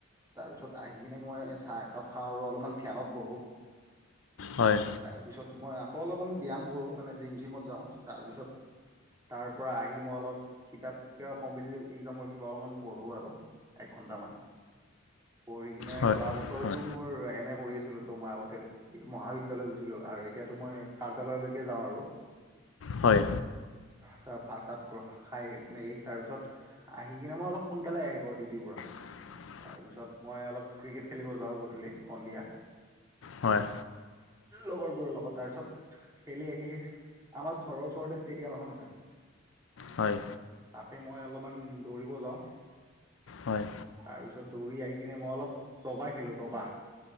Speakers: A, on the right; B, on the left.
A: তাৰপিছত আহি কিনে মই চাহ একাপ খাওঁ আৰু অলপমান ধ্যানত বহো।
B: হয়
A: তাৰপিছত মই আকৌ অলপমান ব্যায়াম কৰোঁ মানে জিম চিমত যাওঁ তাৰপিছত তাৰপৰা আহি মই অলপ কিতাপ কিবা কম্পিটিটিভ ইকজামৰ কিবা অলপমান পঢ়োঁ আৰু এক ঘণ্টামান। পঢ়ি কিনে
B: হয়
A: যোৱা বছৰতো
B: হয়
A: মোৰ এম এ কৰি আছিলো ত' মই আগতে মহাবিদ্যালয় গৈছিলো আৰু এতিয়াতো মই কাৰ্যালয়লৈকে যাওঁ আৰু।
B: হয়।
A: ধৰা ভাত চাত কোৱা খাই মেলি তাৰ পিছত আহি কিনে মই অলপ সোনকালে আহি পাও ডিউটিৰ পৰা।
B: <inaudible>
A: তাৰপিছত মই অলপ ক্ৰিকেট খেলিব যাওঁ গধূলি সন্ধিয়া
B: হয়
A: লগৰবোৰৰ লগত তাৰপিছত খেলি আহি আমাৰ ঘৰৰ ওচৰতে ষ্টেডিয়াম এখন আছে
B: হয়।
A: তাতে মই অলপমান দৌৰিব যাওঁ
B: হয়
A: তাৰপিছত দৌৰি আহি কিনে মই অলপ তবা খেলোঁ দবা।